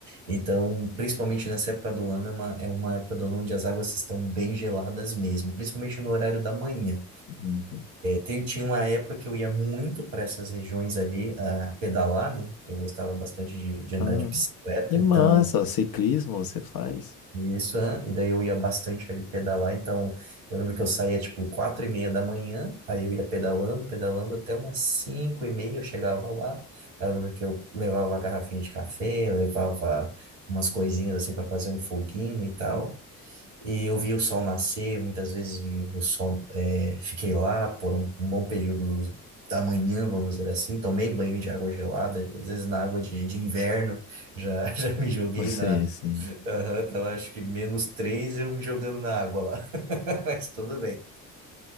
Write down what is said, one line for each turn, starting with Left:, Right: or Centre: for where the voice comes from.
Right: Então, principalmente nessa época do ano, é uma, é uma época do ano onde as águas estão bem geladas mesmo, principalmente no horário da manhã.
Left: hum,
Right: Tem- tinha uma época que eu ia muito para essas regiões ali a pedalar, né? Eu gostava bastante de, de andar
Left: ah,
Right: de bicicleta,
Left: que massa.
Right: então
Left: Ciclismo você faz? <laughs>
Right: isso, aham, e daí eu ia bastante ali pedalar. Então eu lembro que eu saía tipo quatro e meia da manhã, aí eu ia pedalando, pedalando até umas cinco e meia eu chegava lá. Aí eu lembro que eu levava a garrafinha de café, levava umas coisinhas assim para fazer um foguinho e tal. E eu vi o sol nascer, muitas vezes vi o sol, é, fiquei lá por um, um bom período do- da manhã, vamos dizer assim. Tomei banho de água gelada, às vezes na água de, de inverno, já, <laughs> já me joguei
Left: Você,
Right: na.
Left: sim.
Right: Aham, tava acho que menos três eu me jogando na água lá. <laughs> Mas tudo bem.